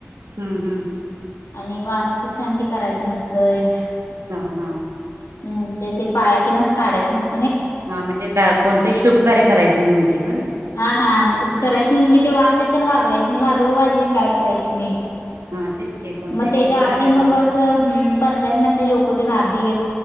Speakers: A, on the right (about 80°); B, on the left (about 80°).
A: हम्म, हम्म.
B: आणि वास्तूक शांती करायचं नसतंय.
A: हा, हा.
B: म्हणजे ते पाया ते नच काढायच नस
A: हा म्हणजे का कोणतंही शुभ कार्य करायचं नाही म्हणते हो ना.
B: हा हा तसं करायचं नाही म्हणजे ते वाद्यतेन वाजवायचं नाही वाजवा वाजवी काय करायचं नाइ.
A: हा तेच की कोणतेही
B: म त्याच्या
A: शुभ
B: आधी
A: कार्य झालं
B: म अस पंचायत मध लोक ना आधी